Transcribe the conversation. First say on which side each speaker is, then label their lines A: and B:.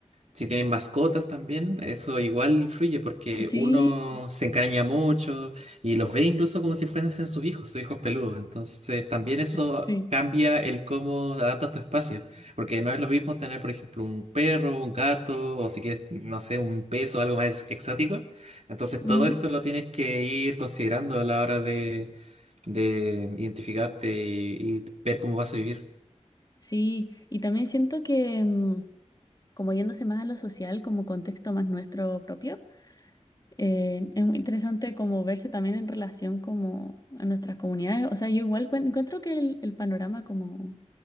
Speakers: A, on the right; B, on the left.
A: si tienen mascotas también, eso igual influye porque
B: sí,
A: uno se encariña mucho y los ve incluso como si fuesen sus hijos, sus hijos peludos. Entonces también eso
B: sí.
A: cambia el cómo adaptas tu espacio, porque no es lo mismo tener, por ejemplo, un perro, un gato o si quieres, no sé, un pez o algo más exótico. Entonces
B: ujú,
A: todo eso lo tienes que ir considerando a la hora de, de identificarte y y ver cómo vas a vivir.
B: Sí, y también siento que mm, como yéndose más a lo social, como contexto más nuestro propio. Eh, es muy interesante como verse también en relación como a nuestras comunidades. O sea, yo igual cuen- encuentro que el, el panorama como